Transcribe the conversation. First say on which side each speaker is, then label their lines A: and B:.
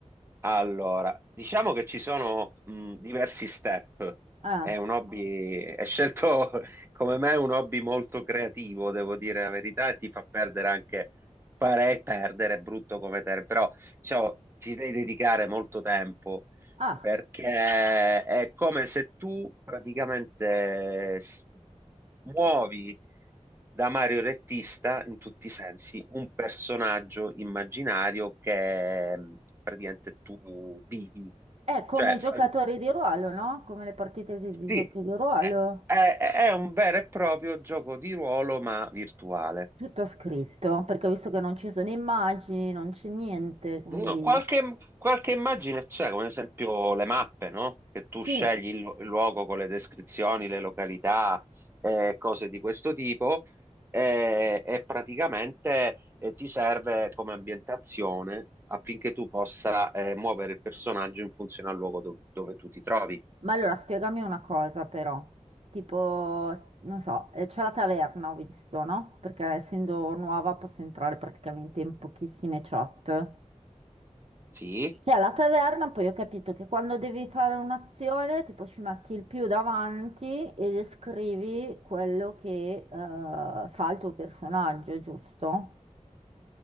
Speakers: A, on the right; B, on the right.
A: Allora, diciamo che ci sono mh, diversi step.
B: Ah,
A: È un hobby, è scelto <laughs> come me un hobby molto creativo, devo dire la verità, e ti fa perdere anche, pare perdere, è brutto come termine, però diciamo, ci devi dedicare molto tempo
B: ah,
A: perché è come se tu praticamente s- muovi da Mario Rettista in tutti i sensi un personaggio immaginario che mh, praticamente tu vivi.
B: è come
A: Cioè,
B: giocatori
A: fai-
B: di ruolo, no? Come le partite di, di
A: sì,
B: giochi di ruolo.
A: è, è- è un vero e proprio gioco di ruolo, ma virtuale.
B: Tutto scritto, perché ho visto che non ci sono immagini, non c'è niente, quindi...
A: No, Qualche, qualche immagine c'è, come ad esempio le mappe, no? Che tu
B: Sì,
A: scegli il, lu- il luogo con le descrizioni, le località, eh, cose di questo tipo, eh, e praticamente eh, ti serve come ambientazione affinché tu possa eh, muovere il personaggio in funzione al luogo dov- dove tu ti trovi.
B: ma allora spiegami una cosa però. Tipo, non so, eh, c'è la taverna, ho visto, no? Perché essendo nuova posso entrare praticamente in pochissime chat.
A: Sì?
B: Cioè, la taverna, poi ho capito che quando devi fare un'azione, tipo ci metti il più davanti e descrivi quello che eh, fa il tuo personaggio, giusto?